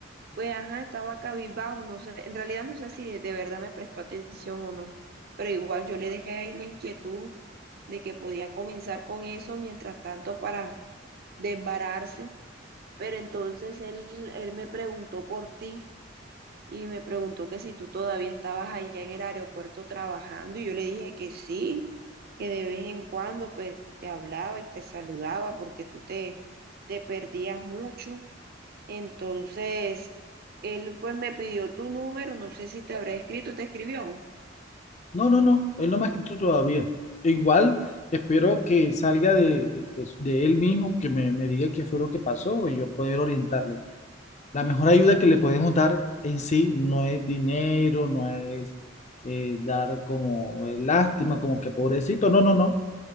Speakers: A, on the right; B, on the left.
A: pues, ajá, estaba cabizbajo, no sé, en realidad no sé si de, de verdad me prestó atención o no, pero igual yo le dejé ahí la inquietud de que podía comenzar con eso mientras tanto para desbararse, pero entonces él, él me preguntó por ti y me preguntó que si tú todavía estabas allá en el aeropuerto trabajando y yo le dije que sí, que de vez en cuando pues te hablaba y te saludaba porque tú te, te perdías mucho. Entonces, él pues me pidió tu número, no sé si te habrá escrito, ¿te escribió?
B: No, no, no, él no me ha escrito todavía. Igual espero que salga de, de- de- de él mismo, que me, me diga qué fue lo que pasó y yo poder orientarle. La mejor ayuda que le podemos dar en sí no es dinero, no es eh, dar como eh, lástima, como que pobrecito, no, no, no.